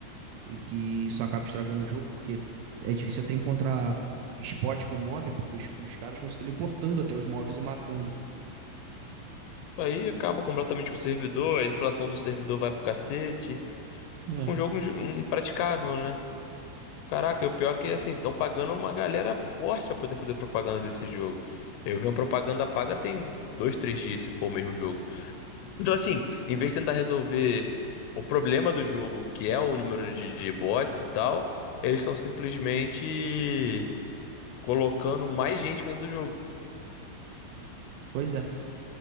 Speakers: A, on the right (about 85°); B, on the left (about 85°).
A: E que isso acaba estragando o jogo, porque é difícil até encontrar spot com mob, porque os, os caras vão se teleportando até os mobs e matando.
B: Aí acaba completamente com o servidor, a inflação do servidor vai pro cacete.
A: É,
B: Fica um jogo inju- impraticável, né? Caraca, e o pior é que assim, estão pagando uma galera forte pra poder fazer propaganda desse jogo. Eu vi uma propaganda paga tem dois, três dias, se for o mesmo jogo. Então, assim, em vez de tentar resolver o problema do jogo, que é o número de, de bots e tal, eles estão simplesmente colocando mais gente pra dentro do jogo.
A: pois é.